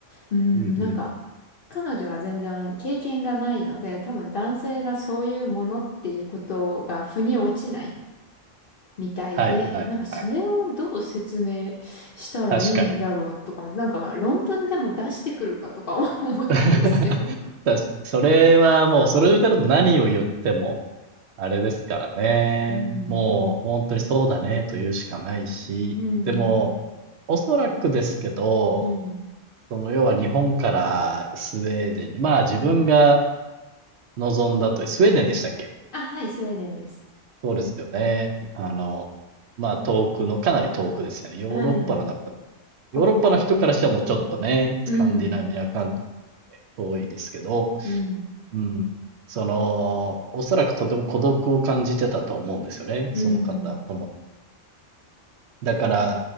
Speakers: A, on the left; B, on the right.
A: うーん、
B: うんうん。
A: なんか、彼女は全然経験がないので、多分男性がそういうものっていうことが腑に落ちないみたいで、
B: はいはいはい。
A: なんかそれをどう説明したらいいんだろうとか、
B: 確かに。
A: なんか論文でも出してくるかとか <laughs> 思ったんですけど。
B: <laughs> 確かに。それはもう、その状態だと何を言っても、あれですからね。
A: うん。
B: もう、本当にそうだねと言うしかないし、
A: うん、うん。
B: でも、おそらくですけど、
A: うん。
B: その要は日本からスウェーデンに、まあ自分が望んだという、スウェーデンでしたっけ
A: あ、はい、スウェーデンです。
B: そうですよね。
A: うん、
B: あの、まあ遠くの、かなり遠くですよね。ヨーロッパの中で。
A: はい。北欧の。
B: ヨーロッパの人からしてはもうちょっとね、
A: うん。
B: スカンディナビアカントリーなんで遠いですけど、
A: うん。
B: うん。その、おそらくとても孤独を感じてたと思うんですよね。
A: うん。
B: その方も。だから、